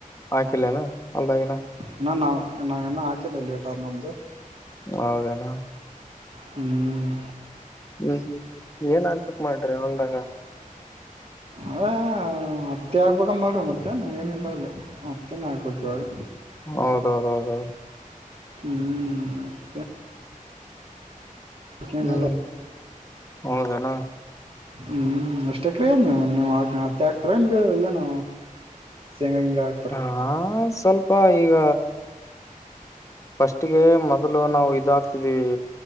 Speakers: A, on the left; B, on the right.
A: ಹಾಕಿಲ್ಲೇನು ಅಲ್ದಾಗಿನ
B: ಇ ನಾ್ ನಾವ ಇನ್ನು ಹಾಕಿಲ್ಲ ಟ ನಮ್ದು
A: ಹೌದನಾ
B: ಹ್ಮ್
A: ಹ್ಮ್ ಹ್ಮ್ ಏನ್ ಆನ್ತಕ್ ಮಾಡ್ರಿ ಹಂಗಾಗ
B: ಅದೇ ಹತ್ತೆ ಆಗ್ಬೇಕಂದ ಮಾಡ್ರಿ ಮತ್ತೆ ಏನಿಲ್ಲ
A: ಹ್ಮ್
B: ಅಲ್ಲಿ ತ ನ ಆಕ ಜಲ್
A: ಹೌದೌದ ಹೌದೌದು
B: ಹ್ಮ್ ಏನಿಲ್ಲ
A: ಹ್ಮ್ ಹೋಗಣ
B: ಹ್ಮ್ ಇಷ್ಟಕ್ದ್ ಮೇಾಮ್ ನೀ್ ಹಾ ಹತ್ತ ಹಾಕ್ತಮ ಏನ ಸೇಂಗ ಹಿಂಗೆ ಆಗ್ತಾರೆ
A: ಹಾ ಸ್ವಲ್ಪ ಈಗ ಫಸ್ಟ್ಗೆ ಮೊದ್ಲು ನಾವು ಇದಾಕ್ತಿದೀವಿ